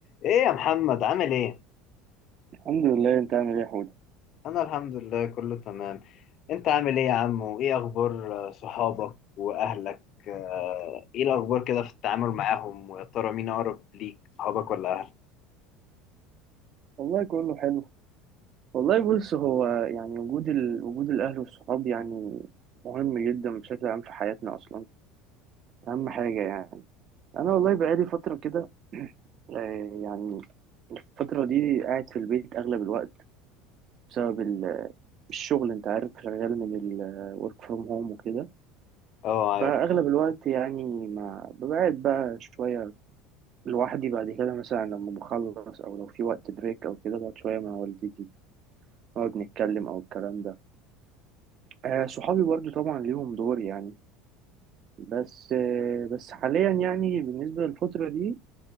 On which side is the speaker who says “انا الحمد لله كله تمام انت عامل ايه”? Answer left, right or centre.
Left